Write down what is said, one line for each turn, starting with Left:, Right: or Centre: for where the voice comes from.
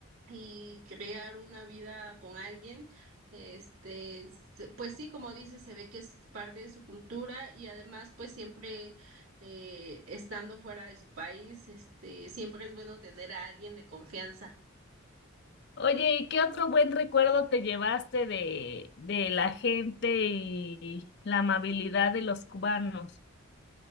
Right: y crear una vida con alguien. Este, se- pues sí, como dices, se ve que es parte de su cultura y además, pues siempre eh, estando fuera de su país, este, siempre es bueno tener a alguien de confianza.
Left: Oye, ¿y qué otro buen recuerdo te llevaste de, de la gente y la amabilidad de los cubanos?